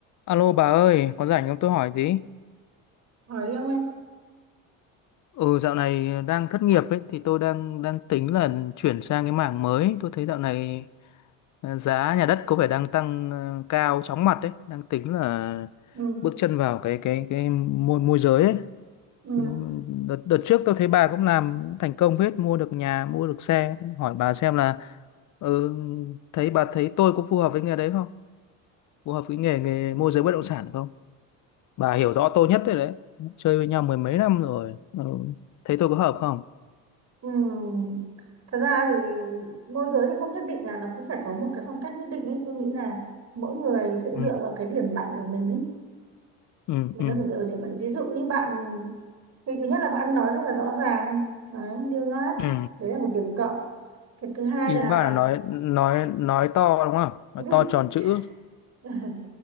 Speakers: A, on the left; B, on the right.
A: Alo bà ơi, có rảnh không tôi hỏi tí?
B: hỏi đi ông em
A: Ừ dạo này đang thất nghiệp ấy thì tôi đang đang tính là chuyển sang cái mảng mới. Tôi thấy dạo này ờ, giá nhà đất có vẻ đang tăng ờ, cao chóng mặt đấy, đang tính là
B: ừ
A: bước chân vào cái cái cái môi môi giới ấy.
B: ừ
A: Thì ừ, đợt, đợt trước tôi thấy bà cũng làm cũng thành công hết, mua được nhà, mua được xe. Hỏi bà xem là ừ, thấy bà thấy tôi có phù hợp với nghề đấy không? Phù hợp với nghề nghề môi giới bất động sản không? bà hiểu rõ tôi nhất đấy đấy chơi với nhau mười mấy năm rồi ừ. thấy tôi có hợp không
B: ừ thật ra thì môi giới thì không nhất định là nó cứ phải có một cái phong cách nhất định ấy tôi nghĩ là mỗi người sẽ dựa
A: ừ
B: vào cái điểm mạnh của mình ý.
A: ừ
B: mình
A: ừ
B: có thể dựa vào điểm mạnh ví dụ như bạn thì thứ nhất là bạn nói rất là rõ ràng đấy lưu loát
A: ừ
B: đấy là một điểm cộng cái thứ hai
A: ý
B: là
A: bà là nói nói nói to đúng không nói
B: <laughs>
A: to tròn chữ
B: <laughs>